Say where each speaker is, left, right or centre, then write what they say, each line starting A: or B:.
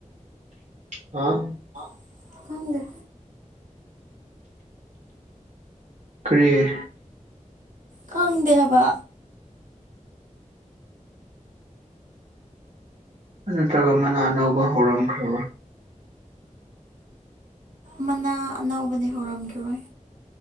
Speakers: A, on the right; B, on the right.
A: ꯑ
B: ꯐꯗ
A: ꯀ꯭ꯔꯤꯌꯦ
B: ꯈꯪꯗꯦ ꯍꯥꯏꯕ
A: ꯅꯠꯇ꯭ꯔꯒ ꯃꯅꯥ ꯑꯅꯧꯕ ꯍꯧꯔꯝꯈ꯭ꯔꯕ
B: ꯃꯅꯥ ꯑꯅꯧꯕꯗꯤ ꯍꯧꯔꯝꯈꯤꯔꯣꯏ